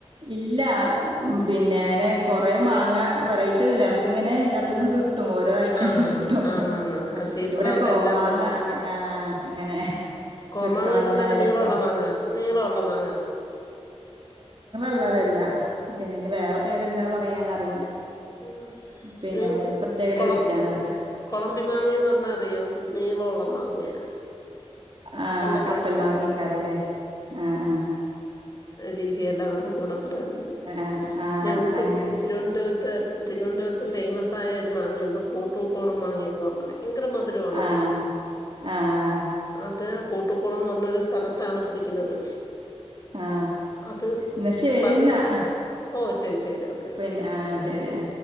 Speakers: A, on the right; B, on the left.
A: ഇല്ല പിന്നെനെ കൊറെ മാങ്ങ വെറൈറ്റിന്നുംല്ല മ്മക്കിങ്ങനെ എല്ലാടത്തന്നും കി ഓരോ ഐറ്റം
B: ആഹ്
A: കിട്ടും
B: ആന്നാന്ന് സീസൺ
A: ഇവിടെകോമാങ്ങ
B: ആകുമ്പോ എല്ലായിടത്തും ഉണ്ട്
A: അങ്ങനെ അങ്ങനെ
B: കോമാങ്ങന്ന്
A: കിട്ടും അങ്ങനെക്കെ
B: പറഞ്ഞാല് നീളമുള്ള മാങ്ങ നീളമുള്ള മാങ്ങ
A: ള്ളതല്ല പിന്നെഅയിന് വേറെ പേരെന്താ പറയാന്നറിയില്ല
B: ഉം
A: പിന്നെ
B: നിങ്ങക്ക്
A: ഒരു പ്രത്യേക
B: കൊളം
A: ടേസ്റ്റാണത്.
B: കൊളമ്പി മാങ്ങന്ന് റഞ്ഞാ അറിയോ നീളം ഉള്ളേ മാങ്ങയാ
A: ആ
B: നല്ല
A: കപ്പൽ
B: ടേസ്റ്റാ
A: മാങ്ങേക്കാരല്ലേ
B: അത്
A: ആ ആ
B: രീതിയത <unintelligible> ഇവിടെ പറയുന്നത്
A: ആഹ് ആഹ്
B: ഞങ്ങക്ക്
A: അങ്ങനെ
B: തിരുവനന്തപുരത്ത് തിരുവനന്തപുരത്ത് ഫെയ്മസായ ഒരു മാങ്ങയുണ്ട് കൂട്ടൂക്കോണം മാങ്ങഎന്ന് പറഞ്ഞ ഭയങ്കര മധുരമാണത്
A: ആഹ് ആഹ്
B: അത് കൂട്ടുക്കോണം ന്ന് പറഞ്ഞൊരു സ്ഥലത്ത് താണ് പിടിക്കുന്നത്
A: ആ
B: അത്
A: ന്നാശരിന്നാ
B: പ ഓ ശരി ശരി ഓക്കെ
A: പിന്നെ
B: ഓക്കെ
A: ആ
B: ഓ
A: ശരി ആ